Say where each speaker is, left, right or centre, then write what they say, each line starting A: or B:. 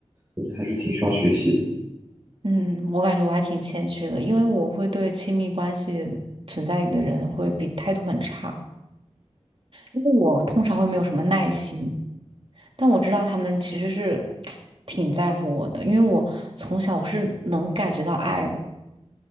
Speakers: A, on the right; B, on the right.
A: 我觉得还是挺需要学习的。
B: 嗯，我感觉我还挺欠缺的，因为我会对亲密关系存在的人会比态度很差，因为我通常会没有什么耐心，但我知道他们其实是 <tsk> 挺在乎我的，因为我从小我是能感觉到爱的，